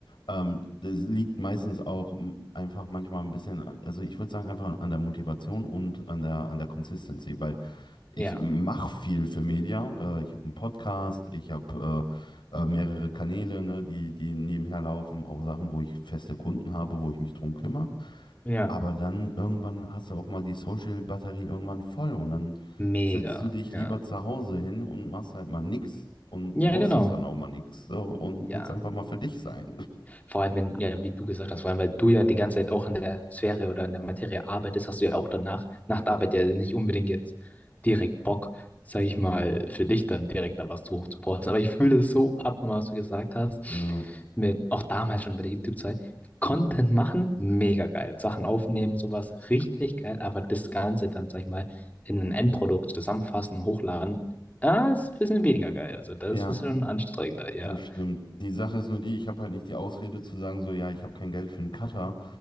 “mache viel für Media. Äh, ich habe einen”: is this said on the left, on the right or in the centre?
Left